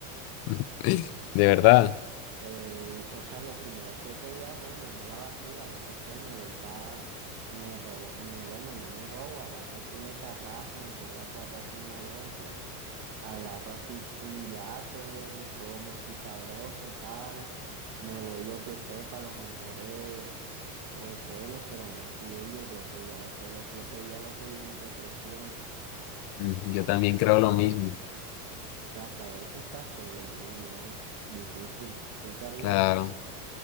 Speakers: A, on the left (about 55°); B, on the right (about 40°).
A: <laughs> De verdad.
B: Eh, o sea, los primeros siete días, bueno, uno la vacila, yo qué sé, me voy pa, me robo, me, bueno, no me robo, agarro cule carrazo, me pongo a correr como loco, agarro así un yate, como así sabroso, tal, me voy, yo qué sé, pa los mejores hoteles, pero aún así yo creo que ya después de los siete días lo que viene es depresión.
A: Mm, Yo también creo lo mismo,
B: O sea, saber que estás solo, uy, no, difícil. ¿Tú qué harías?
A: claro.